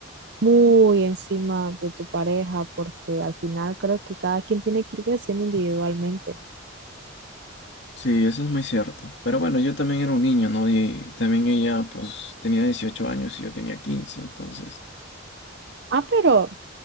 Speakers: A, on the right; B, on the left.
A: muy encima de tu pareja, porque al final creo que cada quien tiene que ir creciendo individualmente.
B: Sí, eso es muy cierto. Pero bueno, yo también era un niño, ¿no? Y también ella, pues, tenía 18 años y yo tenía quince Entonces,
A: Ah, pero